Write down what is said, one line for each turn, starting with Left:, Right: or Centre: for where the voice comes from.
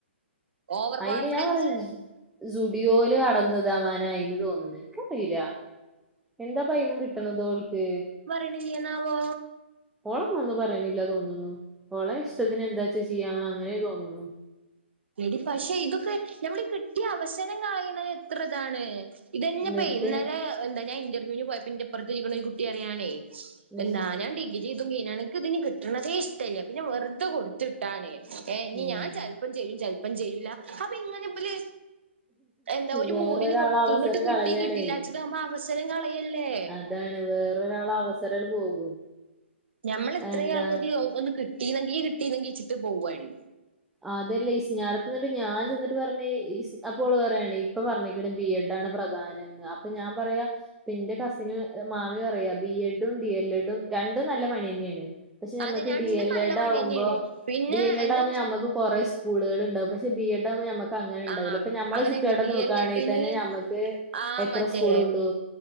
Right: ഓവർ
Centre: അയിന്
Right: കോൺഫിഡൻസ്
Centre: ഞാൻ പറയ സ് സുഡിയോല് നടന്ന്താവാനാ അയിന് തോന്നണ് എനിക്കറിയില്ല എന്താ ഇപ്പയിന്ന് കിട്ടണത് ഓൾക്ക്
Right: ഇണീ എന്നാവോ
Centre: ഓളും വന്നു പറയണില്ല തോന്നണു ഓളെ ഇഷ്ടത്തിന് എന്താച്ചാ ചെയ്യാന്ന് അങ്ങനെ തോന്നണു
Right: എടി പക്ഷെ ഇതൊക്കെ ഞമ്മളീ കിട്ടിയ അവസരം കളയണതെത്രതാണ് ഇതന്നെപ്പൊ
Centre: എന്നിട്ട്
Right: ഈ ഇന്നലെ എന്താ ഞാൻ ഇന്റർവ്യൂന് പോയപ്പോ ഇന്റെപ്പർത്തിരിക്കണ ഒരു കുട്ടി പറയാണേ
Centre: ഉം
Right: എന്താ ഞാൻ ഡിഗ്രി ഇതും കീഞ്ഞാണ് എനക്ക് ഇതിന് കിട്ടണതേ ഇഷ്ട്ടല്ല പിന്നെ വെറുതെ കൊടുത്തിട്ടാണ് ഏഹ് ഇനി
Centre: ഉം
Right: ഞാൻ ചെലപ്പം ചേരും ചെലപ്പം ചേരുലാ അപ്പൊ ഇങ്ങനെ ഇബല് എന്താ ഒരു
Centre: വേറൊരാളെ
Right: മൂടില് കൊടുത്തു
Centre: അവസരം
Right: ഇന്നിട്ട് കിട്ടി
Centre: കളയാണേ
Right: കിട്ടില്ലാച്ചിട്ട് ആകുമ്പോ അവസരം കളയല്ലേ
Centre: ഇതാണ് വേറൊരാളെ അവസരാണ്ട് പോകും
Right: ഞമ്മള് ഇത്രയും
Centre: എന്താ
Right: ആൾക്കാര് ഒന്ന് കിട്ടീന്നെങ്കിൽ കിട്ടീന്നെങ്കി ഇച്ചിട്ട് പോവാണ്
Centre: അതെല്ലേ സ് ആടെ ചെന്നിട്ട് ഞാൻ ചെന്നിട്ട് പറഞ്ഞ് സ് അപ്പോ ഓള് പറയാണ് ഇപ്പ പറഞ്ഞക്കണ് ബി എഡ് ആണ് പ്രധാനന്ന് അപ്പൊ ഞാൻ പറയാ ഇപ്പെന്റെ കസിന് മാമി പറയാ ബി എഡും ഡി എൽ എഡും രണ്ടും നല്ല പണിയന്നെയാണ് പക്ഷെ ഞമ്മക്ക്
Right: അതെ രണ്ടും
Centre: ഡി എൽ
Right: നല്ല
Centre: എഡ്
Right: പണി
Centre: ആകുമ്പോ
Right: തന്നെയാണ് പിന്നെ
Centre: ഡി എൽ എഡ്
Right: എന്താ
Centre: ആകുമ്പോ ഞമ്മക്ക് കൊറെ സ്കൂള്കള്ണ്ടാവും പക്ഷെ ബി എഡാകുമ്പോ ഞമ്മക്ക് ക്കങ്ങനെ ഉണ്ടാവൂല
Right: ആഹ്
Centre: ഇപ്പൊ ഞമ്മളെ
Right: അങ്ങനെയുണ്ട്
Centre: ചുറ്റു വട്ടത്
Right: ഡി
Centre: നോക്കാണെങ്കി
Right: എൽ എഡിന്
Centre: തന്നെ ഞമ്മക്ക്
Right: ആ
Centre: എത്ര
Right: മറ്റേ
Centre: സ്കൂളെ ഉള്ളൂ